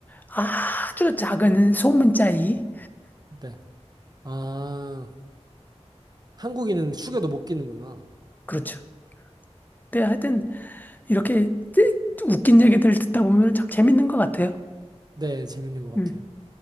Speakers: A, on the left; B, on the right.
A: 아주 작은 소문자 2
B: 네. 아, 한국인은 숙여도 못 끼는구나.
A: 그렇죠. 근데 하여튼 이렇게 웃긴 얘기들 듣다 보면 참 재밌는 것 같아요.
B: 네, 재밌는 것 같아요.
A: 음.